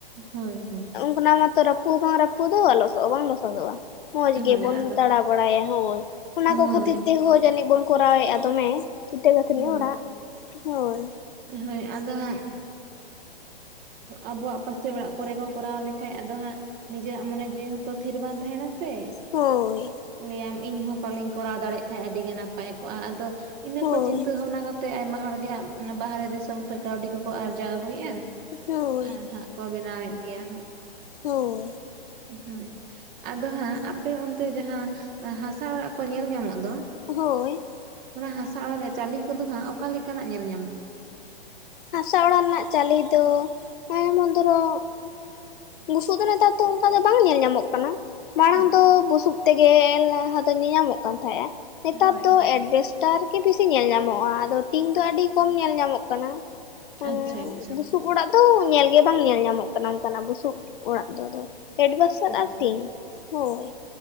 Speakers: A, on the right; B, on the left.
A: ᱦᱳᱭ, ᱦᱳᱭ
B: ᱚᱱᱟ ᱢᱟᱛᱚ ᱨᱟᱹᱯᱩ ᱦᱚᱸ ᱵᱟᱝ ᱨᱟᱹᱯᱩᱫᱚᱜᱼᱟ, ᱞᱚᱥᱚᱫ ᱦᱚᱸ ᱵᱟᱝ ᱞᱚᱥᱚᱫᱚᱜᱼᱟ᱾ ᱢᱚᱡᱽ ᱜᱮᱵᱚᱱ
A: ᱦᱳᱭ ᱟᱫᱚ
B: ᱫᱟᱬᱟ ᱵᱟᱲᱟᱭᱟ ᱦᱳᱭ, ᱚᱱᱟ
A: ᱦᱳᱭ
B: ᱠᱚ ᱠᱷᱟᱹᱛᱤᱨ ᱛᱮᱦᱚᱸ ᱡᱟᱹᱱᱤᱡ ᱵᱚᱱ ᱠᱚᱨᱟᱣᱮᱫᱼᱟ ᱫᱚᱢᱮ ᱤᱴᱟᱹ ᱜᱟᱹᱛᱷᱱᱤ
A: ᱦᱳᱭ
B: ᱚᱲᱟᱜ, ᱦᱳᱭ
A: ᱦᱳᱭ ᱟᱫᱚ ᱦᱟᱸᱜ ᱟᱵᱚᱣᱟᱜ ᱯᱟᱥᱮ ᱚᱲᱟᱜ ᱠᱚᱨᱮ ᱠᱚ ᱠᱚᱨᱟᱣ ᱞᱮᱠᱷᱟᱡ ᱟᱫᱚ ᱦᱟᱸᱜ ᱱᱤᱡᱮᱨᱟᱜ ᱢᱚᱱᱮ ᱡᱤᱣᱤ ᱦᱚᱸ ᱛᱚ ᱛᱷᱤᱨ ᱵᱟᱝ ᱛᱟᱦᱮᱱᱟ ᱥᱮ,
B: ᱦᱳᱭ
A: ᱞᱟᱹᱭᱟᱢ ᱤᱧ ᱦᱚᱸ ᱯᱟᱞᱮᱧ ᱠᱚᱨᱟᱣ ᱫᱟᱲᱮᱭᱟᱜ ᱠᱷᱟᱱᱡ ᱟᱹᱰᱤᱜᱮ ᱱᱟᱯᱟᱭ ᱠᱚᱜᱼᱟ᱾ᱟᱫᱚ ᱤᱱᱟᱹ
B: ᱦᱳᱭ
A: ᱠᱚ ᱪᱤᱱᱛᱟᱹ ᱵᱷᱟᱵᱱᱟ ᱠᱟᱛᱮᱜ ᱟᱭᱢᱟ ᱦᱚᱲ ᱜᱮ ᱦᱟᱸᱜ ᱵᱟᱦᱨᱮ ᱫᱤᱥᱚᱢ ᱠᱷᱚᱱ ᱠᱟᱹᱣᱰᱤ ᱠᱚᱠᱚ ᱟᱨᱡᱟᱣ ᱟᱹᱜᱩᱭᱮᱫᱼᱟ᱾
B: ᱦᱳᱭ
A: ᱟᱨ ᱦᱟᱸᱜ ᱠᱚ ᱵᱮᱱᱟᱣᱮᱫ ᱜᱮᱭᱟ ᱦᱟᱸᱜ,
B: ᱦᱳᱭ
A: ᱦᱳᱭ ᱟᱫᱚ ᱦᱟᱸᱜ ᱟᱯᱮ ᱚᱱᱛᱮ ᱡᱟᱦᱟᱸ, ᱦᱟᱥᱟ ᱚᱲᱟᱜ ᱠᱚ ᱧᱮᱞ ᱧᱟᱢᱚᱜ ᱫᱚ
B: ᱦᱳᱭ
A: ᱚᱱᱟ ᱦᱟᱥᱟ ᱚᱲᱟᱜ ᱨᱮᱭᱟ ᱪᱟᱹᱞᱤ ᱠᱚᱫᱚ ᱦᱟᱸᱜ ᱚᱠᱟᱞᱮᱠᱟᱱᱟᱜ ᱧᱮᱞ ᱧᱟᱢᱚᱜᱼᱟ?
B: ᱦᱟᱥᱟ ᱚᱲᱟᱜ ᱨᱮᱱᱟᱜ ᱪᱟᱹᱞᱤ ᱫᱚ, ᱡᱚᱢᱚᱱ ᱫᱷᱚᱨᱚ ᱵᱩᱥᱩᱜ ᱫᱚ ᱱᱮᱛᱟᱨ ᱫᱚ ᱚᱱᱠᱟ ᱫᱚ ᱵᱟᱝ ᱧᱮᱞ ᱧᱟᱢᱚᱜ ᱠᱟᱱᱟ᱾ ᱢᱟᱲᱟᱝ
A: ᱟᱪᱪᱷᱟ
B: ᱫᱚ ᱵᱩᱥᱩᱵ ᱛᱮᱜᱮ ᱞᱟᱦᱟ ᱫᱚ ᱧᱮᱧᱟᱢᱚᱜ ᱠᱟᱱ ᱛᱟᱦᱮᱸᱜᱼᱟ᱾ ᱱᱮᱛᱟᱨ
A: ᱦᱳᱭ
B: ᱫᱚ
A: ᱦᱳᱭ
B: ᱮᱵᱮᱥᱴᱼᱼ ᱴᱠᱴᱟᱨ ᱜᱮ ᱵᱮᱥᱤ ᱧᱮᱞ ᱧᱟᱢᱚᱜᱼᱟ, ᱟᱫᱚ ᱴᱤᱝ ᱫᱚ ᱟᱹᱰᱤ ᱠᱚᱢ ᱧᱮᱞ ᱧᱟᱢᱚᱜ ᱠᱟᱱᱟ᱾ ᱦᱮᱸ
A: ᱟᱪᱪᱷᱟ ᱟᱪᱪᱷᱟ
B: ᱵᱩᱥᱩᱵ ᱚᱲᱟᱜ ᱫᱚ ᱧᱮᱞᱜᱮ ᱵᱟᱝ ᱧᱮᱞ ᱧᱟᱢᱚᱜ ᱠᱟᱱᱟ ᱚᱱᱠᱟᱱᱟᱜ ᱵᱩᱥᱩᱵ ᱚᱲᱟᱜ ᱫᱚ ᱟᱫ, ᱮᱰᱵᱷᱮᱥᱟᱞ
A: ᱟᱪᱪᱷᱟ
B: ᱟᱨ ᱴᱤᱧ ᱦᱳᱭ,